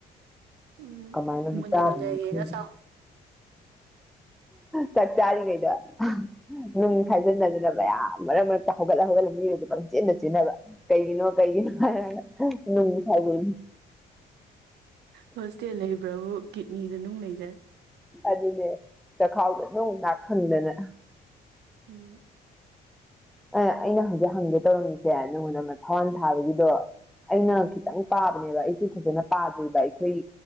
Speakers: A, on the right; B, in the centre.
A: ꯎꯝ
B: ꯀꯃꯥꯏꯅꯕꯨ
A: ꯃꯟ
B: ꯆꯥꯗꯣꯏꯅꯣ
A: ꯃꯨꯟꯅ ꯌꯦꯦꯒ
B: ꯈꯪꯗꯦ
A: ꯆ
B: ꯆꯥꯛ ꯆꯥꯔꯤ ꯀꯩꯗ ꯅꯨꯡ ꯈꯥꯏꯖꯤꯟꯅꯗꯅꯕ ꯌꯥꯝ ꯃꯔꯛ ꯃꯔꯛꯇ ꯍꯧꯒꯠꯂ ꯍꯧꯒꯠꯂ ꯃꯤꯔꯣ ꯄꯪꯆꯦꯟꯅ ꯆꯨꯅꯕ ꯀꯩꯒꯤꯅꯣ ꯀꯩꯒꯤꯅꯣ ꯅꯨꯡꯒꯤ ꯈꯕꯤ
A: ꯍꯣꯁꯇꯦꯜ ꯂꯩꯕ꯭ꯔꯕꯨ ꯀꯤꯠꯅꯤꯗ ꯅꯨꯡ ꯂꯩꯖꯔꯦ
B: ꯑꯗꯨꯅꯦ ꯆꯈꯥꯎꯗ ꯅꯨꯡ ꯉꯥꯛ ꯐꯪꯗꯅ
A: ꯎꯝ
B: ꯑ ꯑꯩꯅ ꯍꯪꯖꯤꯛ ꯍꯪꯒꯦ ꯇꯧꯔꯝꯃꯤꯁꯦ ꯅꯪꯉꯣꯟꯗ ꯊꯋꯥꯟ ꯊꯥꯕꯒꯤꯗꯣ ꯑꯩꯅ ꯈꯤꯇꯪ ꯄꯥꯕꯅꯦꯕ ꯑꯩꯁꯨ ꯐꯖꯅ ꯄꯥꯗ꯭ꯔꯤꯕ ꯑꯩꯈꯣꯏ